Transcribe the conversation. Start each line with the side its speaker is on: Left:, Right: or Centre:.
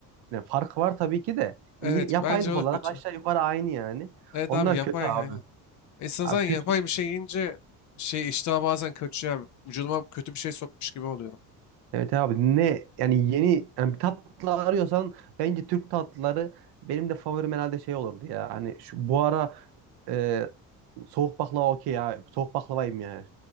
Right: ne farkı var tabii ki de.
Left: Evet
Right: Yani yine yapaylık
Left: bence o
Right: olarak
Left: da kötü.
Right: aşağı yukarı aynı yani.
Left: Evet
Right: Onlar
Left: abi yapay
Right: kötü abi.
Left: aynen. İnsan
Right: Abi
Left: zaten
Right: Türk
Left: yapay bir şey yiyince şey iştah bazen kaçıyor abi. Vücuduma kötü bir şey sokmuş gibi oluyorum.
Right: Evet abi ne yani yeni yani bir tatlı arıyorsan bence Türk tatlıları benim de favorim herhalde şey olurdu ya. Hani şu bu ara e, soğuk baklava okey ya. Soğuk baklavayım ya.